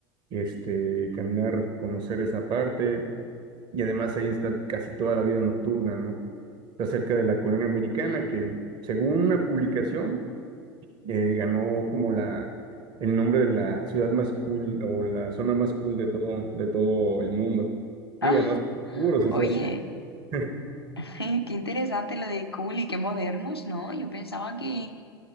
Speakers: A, on the right; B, on the left.
A: este, caminar, conocer esa parte y además ahí está casi toda la vida nocturna, ¿no? Está cerca de la colonia americana que según una publicación eh, ganó como la, el nombre de la ciudad más cool o la zona más cool de todo, de todo el mundo.
B: Ah,
A: Digo, no estoy seguro si
B: oye,
A: sea así. <laughs>
B: <laughs> qué interesante lo de cool y qué modernos, ¿no? Yo pensaba que,